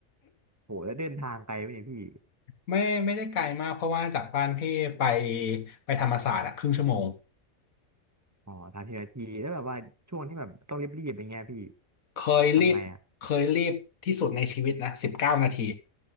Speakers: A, on the right; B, on the left.
A: โหแล้วเดินทางไกลไหมเนี่ยพี่
B: <laughs> ไม่ไม่ได้ไกลมากเพราะว่าจากบ้านพี่ไปไปธรรมศาสตร์อะครึ่งชั่วโมง
A: อ๋อสามสิบนทีแล้วแบบว่าช่วงที่แบบต้องรีบๆอย่างเงี้ยพี่
B: เคยรีบเคยรีบที่สุดในชีวิตนะสิบเก้านาที
A: ทำไงอ่ะ